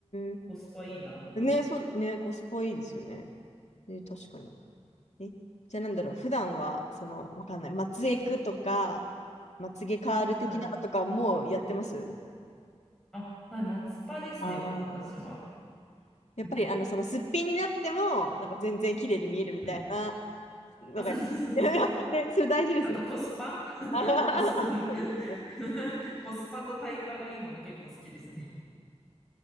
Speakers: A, on the left; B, in the centre.
A: ん。
B: コスパいいなと思いました。
A: ね、そう、ね、コスパいいですよね。えー確かに。え、じゃあなんだろう、普段は、その、わかんない、まつエクとか、まつげカール的なのとかもやってます
B: はいはい。あ、はい、松パですね、
A: あ
B: 私は。
A: やっぱりあの、
B: うん
A: そのすっぴんになっても、なんか全然綺麗に見えるみたいな
B: うん。
A: のが、
B: あ、そうそうそうそう。
A: <laughs> やっぱね、それ大事ですよね。
B: あとコスパ
A: <laughs>
B: <laughs> コスパの <laughs>
A: ね
B: コスパとタイパがいいもの結構好きですね。